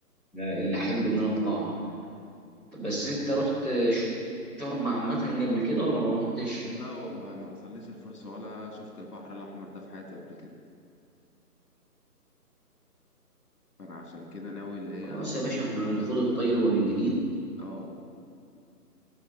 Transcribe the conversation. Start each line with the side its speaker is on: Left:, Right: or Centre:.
Centre: اللي احب ان انا اطلعها طب بس انت رحت شرم عامه قبل كده ولا ما رحتش
Left: لا والله ما حصلليش الفرصة ولا شفت البحر الأحمر ده في حياتي قبل كده فأنا عشان كده ناوي اللي هي
Centre: خلاص
Left: أول
Centre: يا باشا احنا
Left: اه
Centre: نخوض الطير ومن جديد
Left: آه.